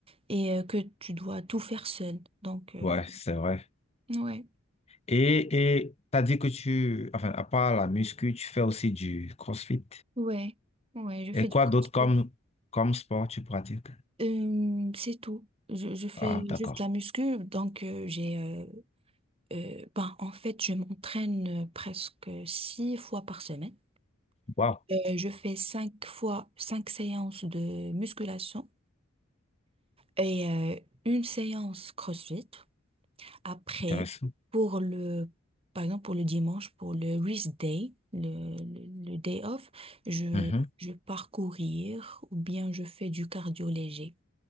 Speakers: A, on the right; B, on the left.
A: et euh, que tu dois tout faire seul. Donc euh,
B: Ouais, c'est vrai.
A: ouais,
B: Et, et t'as dit que tu, enfin, à part la muscu, tu fais aussi du CrossFit.
A: ouais, ouais, je
B: Et
A: fais du
B: quoi
A: crossfit.
B: d'autre comme, comme sport tu pratiques?
A: Euh, c'est tout. Je, je fais
B: Ah, d'accord.
A: juste la muscu, donc euh, j'ai euh, Euh, ben, en fait, je m'entraîne euh, presque six fois par semaine.
B: Wow,
A: Euh, je fais cinq fois, cinq séances de musculation et euh, une séance CrossFit. Après,
B: intéressant.
A: pour le, par exemple, pour le dimanche, pour le rest day, le, le- le day off, je,
B: Mhm.
A: je pars courir ou bien je fais du cardio léger.